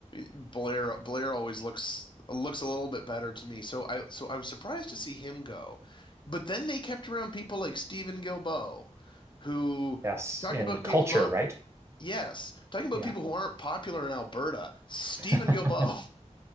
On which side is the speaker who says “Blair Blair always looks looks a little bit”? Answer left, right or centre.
Left